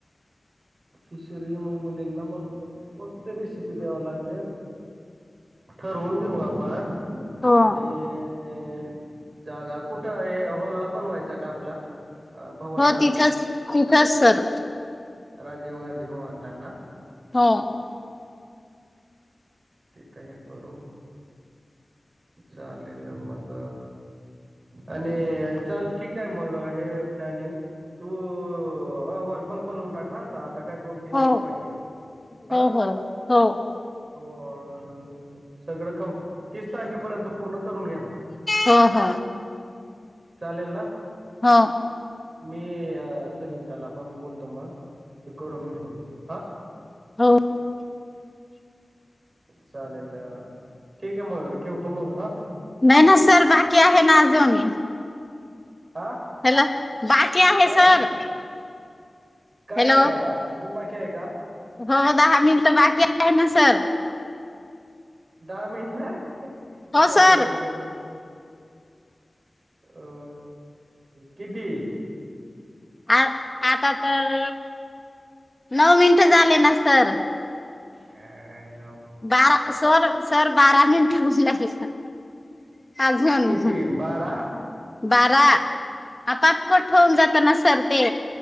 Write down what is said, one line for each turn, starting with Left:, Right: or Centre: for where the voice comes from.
Right: किशोरी मई मुलीना मग कोणती रेशीपी द्यावालागेल ठरवून घेऊ आपण
Left: हो
Right: आणि ते जागा कुठं हे हॉल ला बनवायचा का आपला अ, भवनला
Left: हो तिथेच तिथेच सर
Right: राजीव गांधी भवन ना ना
Left: हा
Right: तिथं हे करू चालेल मग आणि चाल ठीक आहे मग हे प्लॅनिंग तू अहवाल पण बनवून टाकहा आता काय दोन तीन
Left: हो
Right: दिवस बाकीयत
Left: हो हो हो हो
Right: आणि सगळं काम तीस तारखेपर्यंत पूर्ण करून घ्या मग
Left: हो हो
Right: चालेल ना
Left: हा
Right: मी सुनीताला पण बोलतो मग ते करून घेतो मी हा
Left: हो
Right: चालेल ठीक आहे मग ठेवतो मग हा
Left: नाही ना सर बाकी आहे ना अजून
Right: हा
Left: हॅलो बाकी आहे
Right: हा
Left: सर
Right: काय
Left: हॅलो
Right: अजून बाकी आहे का
Left: हो दहा मिनटं बाकी आहे ना सर
Right: दहा मिनट ह
Left: हो
Right: काय
Left: सर
Right: तेवढ जेव अ किती
Left: आ आता तर नऊ मिनट झाले ना सर
Right: का
Left: बारा सर सर बारा मिनट होऊन लागल अजून
Right: किती बारा
Left: बारा आपाप कट होऊन जाताना सरते